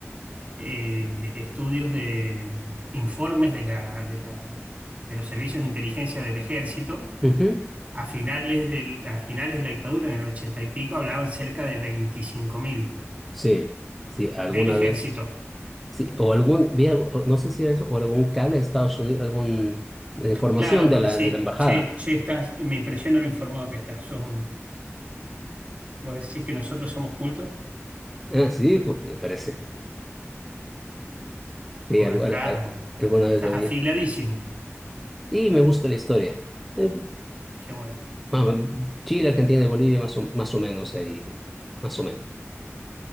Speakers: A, on the right (about 30°); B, in the centre.
A: eh, estudios de mm, informes de la, de la- de los servicios de inteligencia del ejército.
B: Ujú,
A: A finales del- a finales de la dictadura, en el 80 y pico, hablaban cerca de 25.000
B: Sí, sí, alguna
A: del ejército.
B: vez sí, o algún vi algo, o no sé si era eso o algún cable de Estados Unidos, algún información
A: Claro,
B: de
A: co-
B: la
A: sí,
B: de la embajada.
A: che, che, estás, me impresiona lo informado que estás. Sos un- vos decís que nosotros somos cultos,
B: Ah, sí, pues me parece. Sí,
A: vos
B: al-
A: estás,
B: al- al- alguna vez
A: estás
B: lo vi.
A: afiladísimo.
B: Y me gusta la historia. Eh,
A: Qué bueno.
B: vamos, Chile, Argentina y Bolivia, más o, más o menos ahí. Más o menos.